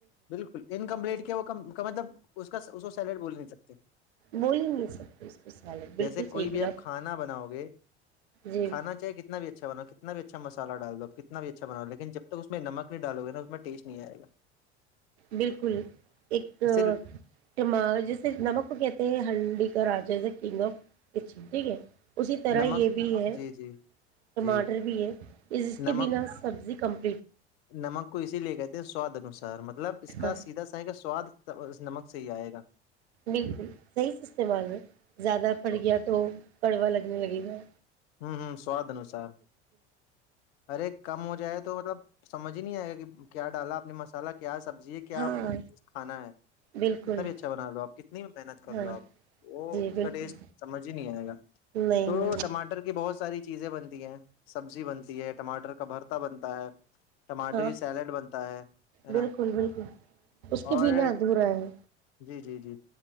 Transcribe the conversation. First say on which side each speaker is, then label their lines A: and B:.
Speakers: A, on the left; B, on the right.
A: بالکل انکمپلیٹ کیا وہت کا مطلب اس کا اس کو سیلیڈ بول نہیں سکتے
B: بول ہی نہیں سکتے اس کو سیلیڈ بالکل
A: جیسے کوئی
B: صحیح
A: بھی
B: بولا
A: آپ کھانا بناؤ گے
B: جی
A: کھانا چاہے کتنا بھی اچھا بناؤ کتنا بھی اچھا مسالہ ڈال دوو آپ کتنا بھی اچھا بناؤ لیکن جب تک اس میں نمک ڈالوے نا اس میں ٹیسٹ نہیں آئے گا
B: بالکل ایکٹما
A: اسے
B: جیسے نمک کو کہ یہ ہنڈکا رجاز کگ اف اچ ٹھیک ہے اسی طرح
A: نمک
B: یہ بھی ہے
A: جی جی
B: ٹماٹر
A: جی
B: بھی ہے جس کے
A: نمک
B: بنا سبزی کمپنی
A: نمک کو اسی لیے کہتے ہیں سواد انسار م ملب اس کا
B: ہاں
A: سیدھا سہ کا سواد اس نمک سے ہی آئے گا
B: بالکل صحیح سے استعمال ہے زیادہ پھٹ
A: سو-
B: گیا تو کڑوا لگ ان لگ میں
A: ہوں ہوں سواد انوسار ارے کم ہو جائے تو مطلب سمجھ ج آئے گا کہ کیا ڈالا آ نے مسال کیا سبزی ہے کیا
B: ہاں
A: کھانا ہے
B: بالکل
A: کتنا بھی اچھا بنا لو آپ کتنی محنت کر
B: ہاں
A: لو آپ وہ
B: جی
A: اس
B: بالکل
A: کا ٹیسٹ سمجھ ہی نہیں آئے گا
B: نہیں
A: تو
B: نہیں
A: ٹماٹر ساری چیزیں بنتی ہیں سبزی بنتی ہے ٹماٹر کا بھرتا بنتا ہے ٹماٹر
B: ہاں
A: کی سیلیڈ بنتا ہے ہے نا
B: بالکل بالکل اس کے
A: اور
B: بنا ادھورا ہے
A: جی جی جی